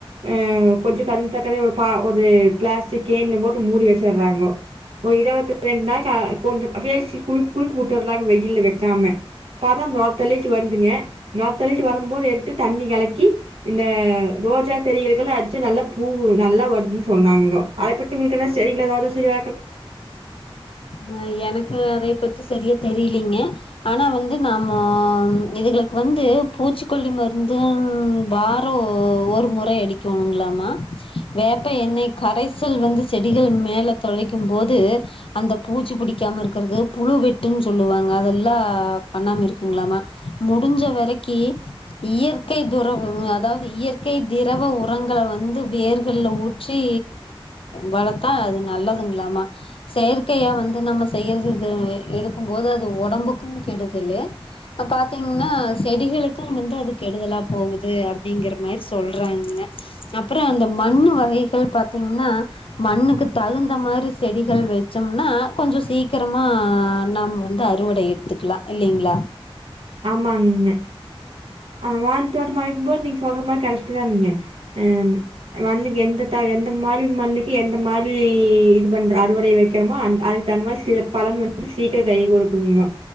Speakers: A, on the right (about 75°); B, on the left (about 65°).
A: அ கொஞ்சொ கரும்புசக்கரயு ஒரு பா ஒரு பிளாஸ்டிக் கேன்ல போட்டு மூடி வச்சற்றாங்கோ ஒரு இரவத் ரெண் நாளைக்கு அ கொண்டு பேசி குள் குளிக்கி வுட்டமாரி வெயில்ல வக்காம பாத்தா நோர தள்ளிட்டு வருதுங்க நோர தள்ளிட்டு வரம்போது எடுத்து தண்ணி கலக்கி இந்த ரோஜா செடிகளுக்கல்லா அடுச்சு நல்லா பூ நல்லா வருதுன் சொன்னாங்கோ அதபத்தி இருக்கேல சைட்ல ஒரு சில
B: ஆ எனக்கு அதை பத்தி சரியா தெரிலைங்க ஆனா வந்து நாம இதுகளுக்கு வந்து பூச்சிக்கொல்லி மருந்து வா ட்ரு ஒரு முறை அடிக்கோணுங்களாமா வேப்ப எண்ணெய் கரைசல் வந்து செடிகள் மேல தொளிக்கும் போது அந்த பூச்சி புடிக்காம இருக்குறது புழு வெட்டுன் சொல்லுவாங்க அதெல்லா பண்ணாம இருக்குங்ளாமா முடுஞ்ச வரக்கி இயற்கை துரவ அதாவது இயற்கை திரவ உரங்கள வந்து வேர்கள்ல ஊத் த்தி வளத்தா அது நல்லதுங்ளாமா செயற்கையா வந்து நம்ம செய்யற இது இது எடுக்கும் போது அது ஒடம்புக்கும் கெடுதலு இப்ப பாத்தீங்ன்னா செடிகளுக்கும் வந்து அது கெடுதலா போவுது அப்டிங்கற மாரி சொல்றாங்கங்க அப்பறோ அந்த மண்ணு வகைகள் பாத்தீங்ன்னா மண்ணுக்கு தகுந்த மாரி செடிகள் வச்சோம்னா கொஞ்சோ சீக்கரமா நாம் வந்து அறுவடை எடுத்துக்கலா இல்லைங்ளா
A: ஆமாங்கங்க ஆ வாழ தோட்டமா அமைக்கும் போது நீங்க சொல்ற மாரி கரெக்ட்தானுங்க அ ரெண்டு வெந்துட்டா எந்த மாரி மண்ணுக்கு எந்த மாரி இது பண்ற அறுவடை வைக்கிறோமோ அந் அதுக்கு தகுந்த மாரி கு பலன் வந்து சீக்கிரம் கை குடுக்குங்க